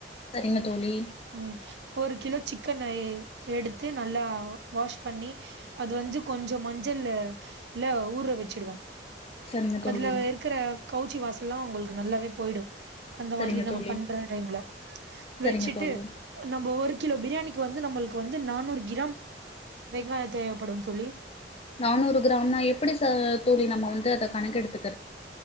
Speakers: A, on the left; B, on the right.
A: செரிங்க தோழி
B: ம் ஒரு கிலோ சிக்கன எடுத்து நல்லா வாஷ் பண்ணி அது வந்து கொஞ்சோ மஞ்சள்ல ஊற வச்சுடுவேன்
A: சரிங்க
B: <unintelligible>
A: தோழி
B: அதுல இருக்குற கவுச்சி வாசல்லாம் உங்களுக்கு நல்லாவே போயிடும் அந்த
A: சரிங்க
B: மாதிரி நம்ம
A: தோழி
B: பண்ற டைம்ல
A: சரிங்க
B: வச்சுட்டு
A: தோழி
B: நம்ம வந் கிலோ பிரியாணிக்கு வந்து நம்மளுக்கு வந்து நானூறு கிராம் வெங்காயம் தேவைப்படும் தோழி
A: நானூறு கிராம்னா எப்படி ச தோழி நம்ம வந்து அத கணக்க எடுத்துக்